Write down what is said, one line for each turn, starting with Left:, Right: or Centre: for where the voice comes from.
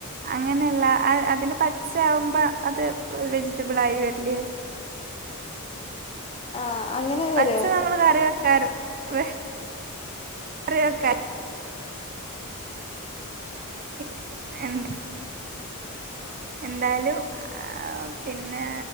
Right: അങ്ങനെയല്ല അയ് അതിന് പച്ച ആവുമ്പോ അത് വെജിറ്റബിൾ ആയി വരില്ലേ.
Left: ആഹ് അങ്ങനെ.
Right: പച്ച
Left: വരോ
Right: നമ്മള് കറി വെക്കാറ് വ കറി വെക്കാ. പിന്നെ എന്ത എന്തായ്ലും. ആ പിന്നെ